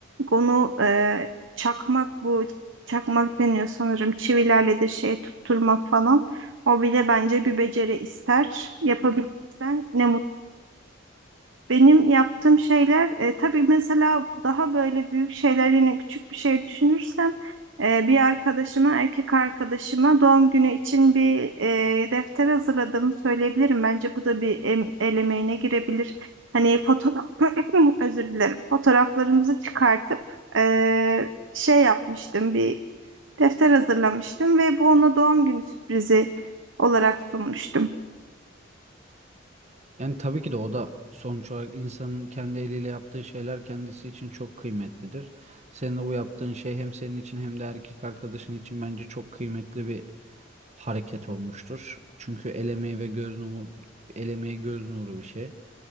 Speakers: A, on the right; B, on the right.
A: Onu e, çakmak bu çakmak deniyor sanırım çivilerle de şey tutturmak falan. O bile bence bir beceri ister. Yapabilirsen ne mutlu. Benim yaptığım şeyler e, tabii mesela daha böyle büyük şeyler yine küçük bir şey düşünürsem e, bir arkadaşıma erkek arkadaşıma doğum günü için bir e, defter hazırladığımı söyleyebilirim. Bence bu da bir em, el emeğine girebilir. Hani fotoğraf <coughs> <laughs> özür dilerim fotoğraflarımızı çıkartıp e, şey yapmıştım bir defter hazırlamıştım ve bu ona doğum günü sürprizi olarak sunmuştum.
B: Yani tabii ki de o da sonuç olarak insanın kendi eliyle yaptığı şeyler kendisi için çok kıymetlidir. Senin de bu yaptığın şey hem senin için hem de erkek arkadaşın için bence çok kıymetli bir hareket olmuştur. Çünkü el emeği ve göz nuru, el emeği göz nuru bir şey.